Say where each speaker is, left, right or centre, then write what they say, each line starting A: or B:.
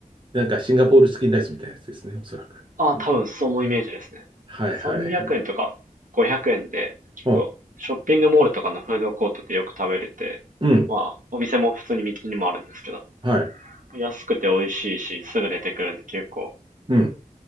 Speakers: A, on the right; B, on the right.
A: なんかシンガポールチキンライスみたいなやつですね、おそらく。
B: ああ、
A: うん、
B: 多分そのイメージですね。
A: はいはいはい。
B: 300円とか500円で結構ショッピングモールとかのフードコートでよく食べれて、
A: あ、うん、
B: まあお店も普通に道にもあるんですけど、
A: はい。
B: 安くて美味しいしすぐ出てくるんで結構
A: うん。